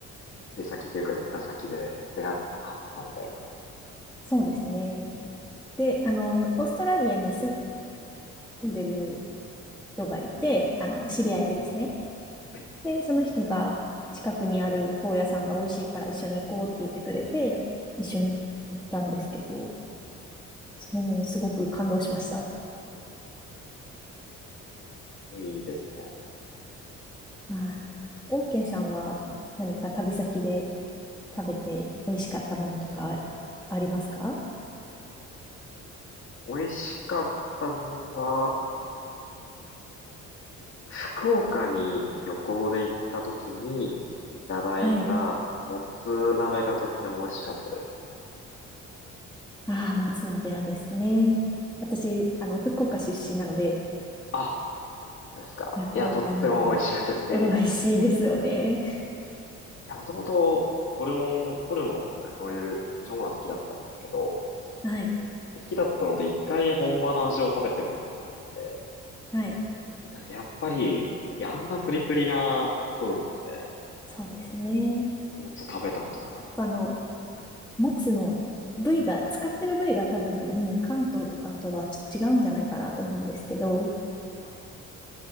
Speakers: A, on the left; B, in the centre.
A: 出先というか行った先で出会ってハマったみたいな。
B: そうですね。で、あの、オーストラリアに住んでる人がいて、あの、知り合いでですね。
A: はい。
B: で、その人が近くにあるフォー屋さんが美味しいから一緒に行こうって言ってくれて、一緒に行ったんですけど、そのすごく感動しました。
A: いいですね。
B: はい。オーケーさんは何か旅先で
A: ちょっ
B: 食べて美味しかったものとかありますか
A: と美味しかったものは、福岡に旅行で行った時にいただいたもつ鍋がとっても美味しかったですね。
B: はい。ああ、もつ鍋はですね。私、あの、福岡出身なので、
A: あ、そうですか。
B: 福岡の美味しいですよね。
A: いや、とっても美味しかったです。ええ。いや、もともとホルモン、ホルモンとかそういう腸が好きだったんですけど、
B: はい。
A: 好きだったので一回本場の味を食べてみようと思って。
B: はい。
A: いたんですけどやっぱり、いや、あんなプリプリな、そうですね。
B: そうですね。
A: もつを食べたことなかっ
B: あの、もつの部位が、使ってる部位が多分、関東とかあとは違うんじゃないかなと思うんですけど、
A: た。はい。